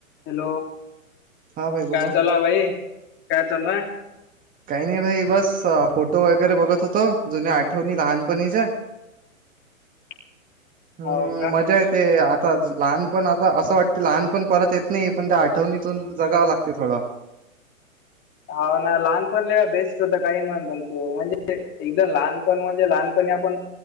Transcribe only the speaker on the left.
हॅलो
काय
चालू आहे भाई काय चालू आहे?
<inaudible>
हाव का
हा ना लहानपण लले बेस्ट होता काही म्हण पण तू, म्हणजे एकदम लहानपण म्हणजे लहानपणी आपण.